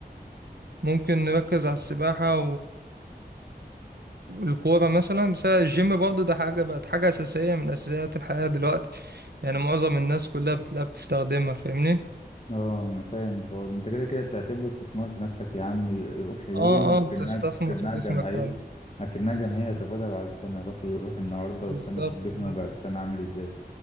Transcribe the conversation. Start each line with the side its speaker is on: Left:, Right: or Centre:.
Right: ممكن نركز على السباحة والكورة مثلا بس الجيم برضه ده حاجة بقت حاجة أساسية من أساسيات الحياة دلوقتي يعني معظم الناس كلها بتلاقيها بتستخدمها فاهمني؟
Left: اه انا فاهم الحوار ده انت كده كده بتعتبره استثمار في نفسك يا عمي روح يوم
Right: اه اه
Left: اكنها
Right: بتستثمر
Left: اكنها
Right: في جسمك
Left: جمعيه
Right: فعلا
Left: اكنها جمعيه طب انا بعد سنه روح يو- روح النهارده واستنى
Right: بالظبط
Left: اشوف جسمي
Right: ده
Left: بعد سنه عامل ازاي